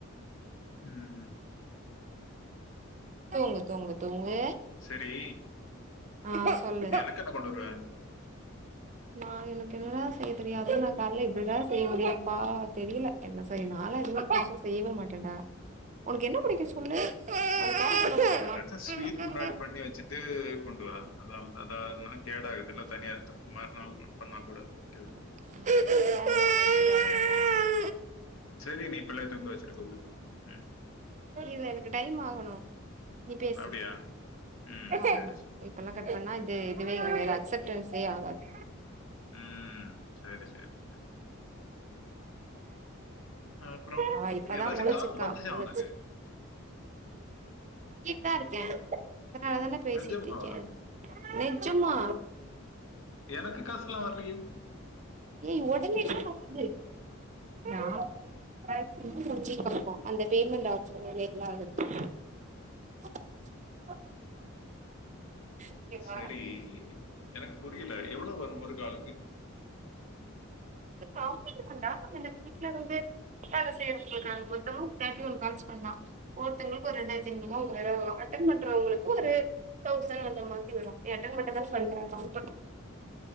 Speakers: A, on the left (about 75°); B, on the right (about 35°).
A: ம்
B: தூங்கு தூங்கு தூங்கு
A: சரி.
B: ஆ சொல்லு
A: எனக்கு என்ன கொண்டு வருவ?
B: நா எனக்கு என்ன செய்ய தெரியாது நா காலைல பிரியாணி செய்ய முடியும்மா பா தெரியல என்ன செய்யுலாம்னு தெரியல செய் வர மாட்டேன்டா உனக்கு என்ன பிடிக்கு சொல்லு உனக்கு காசு
A: ஏதாச்சு ஸ்வீட் முன்னாடி பண்ணி வச்சிட்டு கொண்டு வா அத அதாவா கேடாது இல்ல தனியார்த்த மறுநாள் பண்ணா கூட
B: <unintelligible>
A: ஓகே தான்.
B: <unintelligible>
A: செரி நீ பிள்ளைய தூங்க வச்சிட்டு கூப்பிடு ம்
B: இல்ல எனக்கு டைம் ஆகணு நீ பேசு
A: அப்படியா? ம்.
B: ஆகணு
A: சரி, சரி.
B: இப்பலா கட் பண்ணா இது இதுவே என்மேல அக்செப்ட் டென்ஸ் யே ஆகாது
A: ம் சரி சரி சரி ம் அப்புறோ
B: அவ இப்பதான்
A: ஏதாச்சு
B: முழிச்சிருக்கா
A: காசு வந்துச்சா
B: முழிச்சு
A: உனக்கு
B: தா இருக்கே அதனாலதானே பேசிட்டு
A: நிஜமாவா?
B: இருக்கேன் நெட் நெஜமா
A: எனக்கு காசு ல்லா வர்லயே
B: ஏய் உடனே எ வராது முடிச்சப்ப அந்த பேமெண்ட் நா ஆகுது <unintelligible> ஓகேவா
A: சரி எனக்கு புரியல எவ்வளோ வரு ஒரு காலுக்கு
B: பாத்துட்ருக்கண்டா வீட்டுல வந்து வேல செய்யறவங்களுக்குங்க மொத்தஃ தேட்டி ஒன் கால்ஸ் பண்ணலா ஒருத்தவங்களுக்கு ஒரு ரெண்டாயிரத்திஐநூருவா மூவாயிருவா வரு அடனெட் பண்றவங்களுக்கு ஒரு தௌசண்ட் அந்த மாதிரிவரு அடன்மட்டுதனே பண்ற